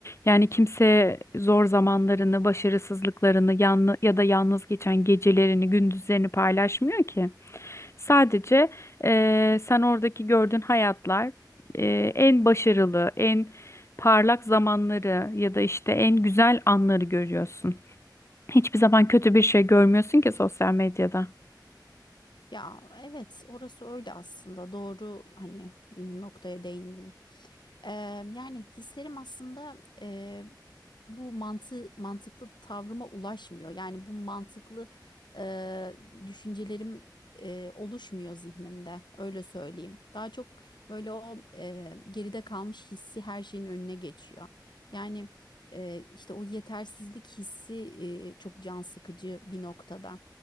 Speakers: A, on the left; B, on the left.
A: Yani kimse zor zamanlarını, başarısızlıklarını, yanlı ya da yalnız geçen gecelerini, gündüzlerini paylaşmıyor ki. Sadece eee, sen oradaki gördüğün hayatlar eee, en başarılı, en parlak zamanları ya da işte en güzel anları görüyorsun. Hiçbir zaman kötü bir şey görmüyorsun ki sosyal medyada.
B: Ya evet orası öyle aslında doğru hani bir noktaya değindin. Eee, yani hislerim aslında eee, bu mantı mantıklı tavrıma ulaşmıyor. Yani bu mantıklı eee, düşüncelerim eee, oluşmuyor zihnimde. Öyle söyleyeyim. Daha çok böyle o eee, geride kalmış hissi her şeyin önüne geçiyor. Yani eee, işte o yetersizlik hissi eee, çok can sıkıcı bir noktada.